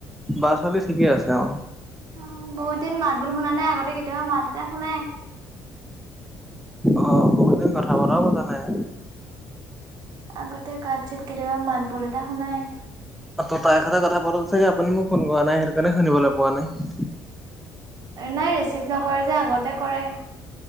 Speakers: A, in the centre; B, on the right.
A: বা ছোৱালী ঠিকে আছে অ',
B: অ', বহুত দিন মাত বোল শুনা নাই, আগতে কেতিয়াবা মাত এটা শুনাই।
A: অ', বহুত দিন কথা বতাও পতা নাই।
B: আগতে কাঠ চিত কেতিয়াবা মাতবোল এটা শুনাই।
A: অ', ত' তাইৰ সৈতে কথা পাতোঁতে চাগে আপুনি মোক ফোন কৰা নাই, সেইটো কাৰণে শুনিবলৈ পোৱা নাই।
B: নাই ৰেচিভ নকৰে যে, আগতে কৰে।